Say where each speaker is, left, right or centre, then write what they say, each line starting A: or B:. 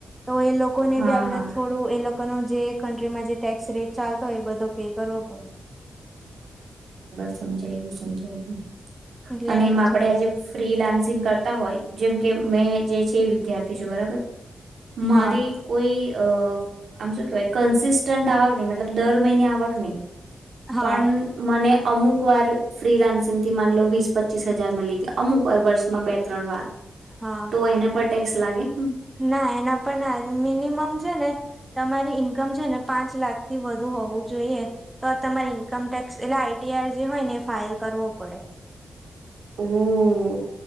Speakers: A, on the right; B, on the right.
A: તો એ લોકો ને
B: હા
A: બી આપડે
B: હા
A: થોડું એ લોકો કનો જે કન્ટ્રીમાં જે ટેક્સ રેટ ચાલતો હોય એ બધો પે કરવો પડે.
B: સમજાય ગયું, સમજાય ગયું.
A: એટલે
B: અને
A: એવું
B: એમ આપડે
A: છે
B: આજે ફ્રી લાન્સિંગ કરતા હોય, જેમ કે મેં જે છે એ વિધાર્થી છું બરાબર, મારી
A: હા
B: કોઈ અહ આમ શું કેહેવાય કન્સિસ્ટન્ટ આવક નઈ, મતલબ દર મહિને આવક નઈ
A: હા
B: પણ મને અમુક વાર ફ્રી લાન્સિંગથી માનલો વીસ પચીસ હજાર મળી ગયા, અમુક વાર વર્ષમાં બે ત્રણ વાર
A: હા
B: તો એના પટ ટેક્સ લાગે?
A: ના એના પણ ના, મિનિમમ છે ને તમારી ઈન્કમ છે ને પાંચ લાખ થી વધુ હોવું જોઈએ, તો આ તમારે ઈન્કમ ટેક્સ એટલે આઈ ટી આર જે હોય ને એ ફાઇલ કરવો પડે.
B: ઓહ!